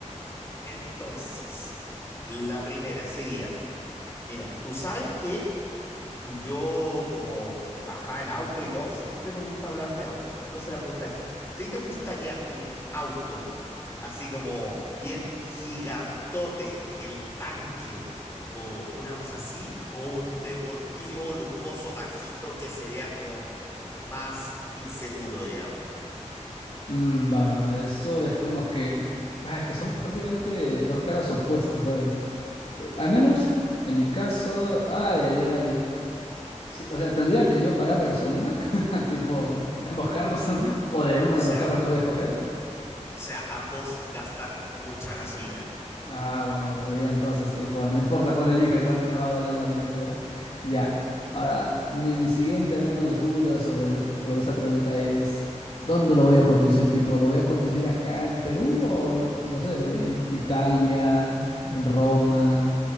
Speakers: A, on the left; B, on the left.
A: Entonces, la primera sería, mira, tú sabes que yo como trabajaba en auto y todo, siempre me gusta hablar de auto. Entonces la pregunta es, ¿te, te gustaría un auto así como bien gigantote, el tanque o una cosa así, o un deportivo lujoso, bajito, que se vea como más inseguro, digamos?
B: Mm, va, va. Eso es como que. Ah, es que son prácticamente dos caras opuestas, ¿sabes? Eh, al menos en mi caso. Ay, ay, ay. sí, o sea, tendría que yo pagar la gasolina, <laughs> tipo de ambos carros <laughs> o de uno
A: O
B: de
A: sea,
B: los carros que voy a escoger.
A: o sea, ambos gastan mucha gasolina.
B: Ah, bueno, valió entonces, tipo, no importa cuál elija, igual me va a doler la billetera. Ya. Ahora, mi, mi siguiente, al menos, duda sobre, el- sobre esta pregunta es, ¿dónde lo voy a conducir? Tipo, ¿lo voy a conducir acá en Perú o, lo pu- no sé, en Italia, en Roma,